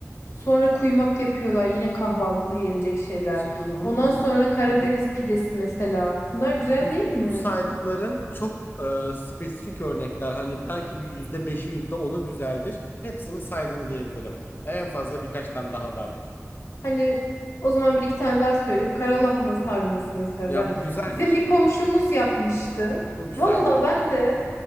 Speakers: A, on the left; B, on the left.
A: Sonra kuymak yapıyorlar. Yine kahvaltıda yenecek şeyler.
B: Şimdi muhum,
A: Ondan sonra Karadeniz
B: Hı.
A: pidesi mesela. Bunlar güzel
B: bu,
A: değil mi?
B: bu saydıkların çok e, spesifik örnekler. Hani belki bir yüzde beşi yüzde onu güzeldir. Hepsini saydın diyebilirim. En fazla birkaç tane daha vardır.
A: Hani o zaman bir iki tane daha söyleyeyim. Karalahana sarması mesela.
B: Ya
A: Ben,
B: bu güzel
A: bizim
B: mi şimdi?
A: bir komşumuz yapmıştı.
B: Bu güzel
A: Valla
B: mi?
A: ben de